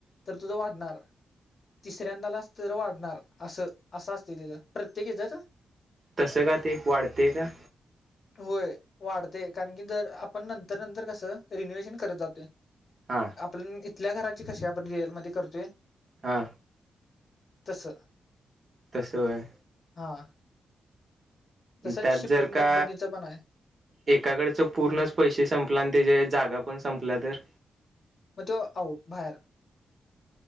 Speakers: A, on the left; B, on the right.
A: तुज वाढणार तिसऱ्यांदा आलास तर वाढणार अस असं असते तेज. ते घेतात.
B: तसं का ते वाढतेय का?
A: होय वाढते कारण की जर आपण नंतर नंतर कसं रिन्युवेशन करत जातोय.
B: हा
A: आपण इथल्या घराची कशी आपण रेअल मध्ये करतोय.
B: हा.
A: तसं.
B: तसं होय.
A: हा. तसंच
B: त्यात
A: शिपिंग
B: जर का
A: कंपनीच पण आहे
B: एकाकडचं पूर्णच पैसे संपला आणि त्याचे जागा पण संपल्या तर.
A: मग तो आउट बाहेर.